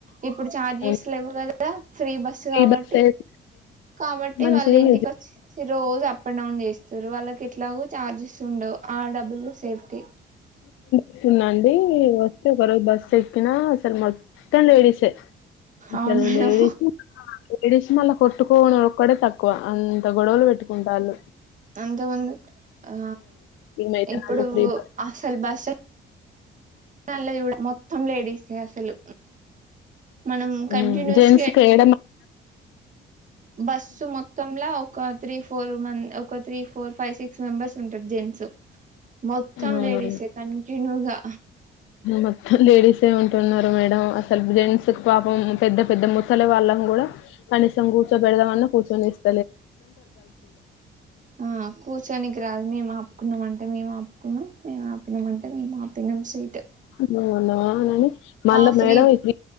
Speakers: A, on the right (about 40°); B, on the left (about 80°).
A: ఇప్పుడు చార్జెస్
B: హ్మ్.
A: లేవు కదా ఫ్రీ బస్సు
B: ఫ్రీ
A: కాబట్టి
B: బస్సెస్
A: కాబట్టి
B: మంచిగా
A: వాళ్ళ ఇంటికి
B: యూజ్
A: వచ్చిసి రో జు అప్ అండ్ డౌన్ చేస్తారు వాళ్ళకి ఎట్లాగో చార్జెస్ ఉండవు ఆ డబ్బులు సేఫ్టీ
B: స్తున్నాండి తర్వాత బస్ ఎక్కినా అసల మొ అంతా లేడీస్ ఏ ఇంకా
A: అవును మేడం
B: లేడీసూ లేడిస్మళ్ళ కొట్టుకోవడం ఒక్కటె తక్కువ అంత గొడవలు పెట్టుకుంటారు
A: అంత మంది ఆ
B: ఈమెయితే
A: ఇప్పుడు
B: నాకు ఫ్రీ బస్
A: అసలు భస్ ఎల్ఐగూడా మొత్తం లేడీస్ అసలు మనం
B: నచ్చలేదు
A: కంటిన్యూస్
B: జెంట్స్ కి ఏడ
A: బస్సు మొత్తంలా ఒక త్రీ ఫోర్ మ ఒక three four five six members ఉంటారు జెంట్స్ మొత్తం
B: అవునవును
A: లేడీసే కనీ తినువా
B: మొత్తం లేడీసే ఉంటున్నారు మేడం అసలు జెంట్స్ పాపం పెద్ద పెద్ద ముసలి వాళ్ళం కూడా కనీసం కూర్చో పెెడదామన్నా కూర్చొనిస్త
A: ఆ కూర్చొనికి రాదు మేము అప్ కున్నాంంటే మేము ఆపుకున్నాం మేము ఆపినామంటే మేము ఆపినాం సీట్
B: మ ఉన్నావా అని మళ్ళీ
A: ఆ ఫ్రీ
B: మేడం ఇ